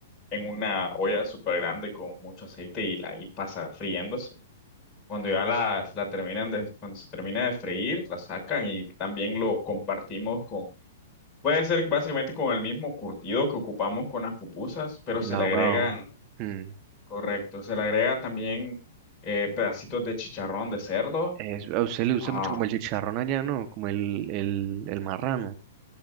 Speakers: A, on the left; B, on the right.
A: en una olla súper grande con mucho aceite y la ahí pasa friéndose. Cuando ya la, la terminan de, cuando se termina de freír, la sacan y también lo compartimos con, puede ser básicamente con el mismo curtido que ocupamos con las pupusas, pero
B: El
A: se
B: ahogado.
A: le agregan,
B: Mm.
A: correcto, se le agrega también eh, pedacitos de chicharrón de cerdo.
B: Es- a usted le gusta
A: Ah,
B: mucho como el chicharrón allá, ¿no? Como el, el, el marrano.